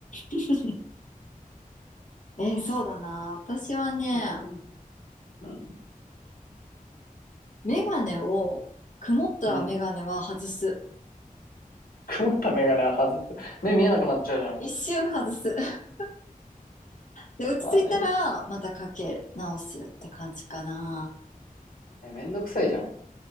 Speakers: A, on the left (about 55°); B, on the left (about 80°).
A: <laughs> えー、そうだな。私はね、
B: うん。うん。
A: メガネを、曇ったメガネは外す。
B: うん。曇ったメガネは外す。目見えなくなっちゃうじゃん。
A: 一瞬外す。<laughs> で、落ち着いたら、
B: まあね。
A: またかけ直すって感じかな。
B: え、めんどくさいじゃん。